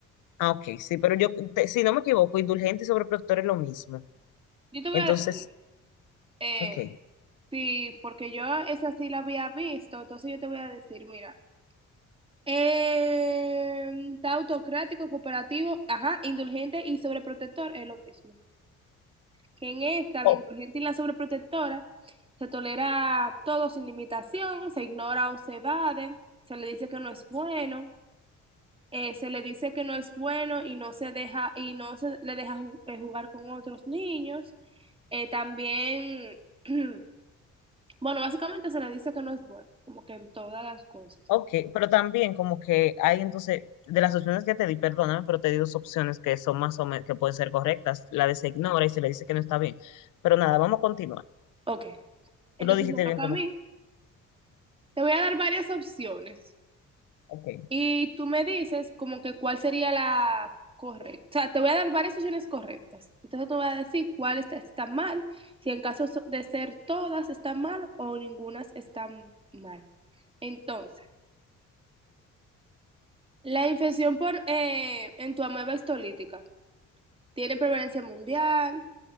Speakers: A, on the left; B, on the right.
A: Ah, ok, sí, pero yo, te- si no me equivoco, indulgente y sobreprotector es lo mismo.
B: Yo te voy
A: Entonces,
B: a decir, eh,
A: ok.
B: Sí, porque yo esa sí la había visto, entonces yo te voy a decir, mira, eh, está autocrático, cooperativo, ajá, indulgente y sobreprotector es lo mismo. Que en esta,
A: O-
B: la indulgente y la sobreprotectora, se tolera todo sin limitación, se ignora o se evade, se le dice que no es bueno, eh, se le dice que no es bueno y no se deja, y no se le deja ju- eh, jugar con otros niños. Eh, también <clears throat> Bueno, básicamente se le dice que no es bueno, como que en todas las cosas.
A: ok, pero también como que hay entonces, de las opciones que te di, perdóname, pero te di dos opciones que son más o menos, que pueden ser correctas. La de se ignora y se le dice que no está bien. Pero nada, vamos a continuar.
B: Ok, entonces
A: Tú lo dijiste
B: me toca
A: bien como
B: a mí.
A: que,
B: Te voy a dar varias opciones
A: ok.
B: y tú me dices como que cuál sería la correcta. O sea, te voy a dar varias opciones correctas. Entonces tú me vas a decir cuál está, está mal, si en caso so- de ser todas están mal o ninguna está mal. Entonces, la infección por eh, en tu ameba histolítica tiene prevalencia mundial.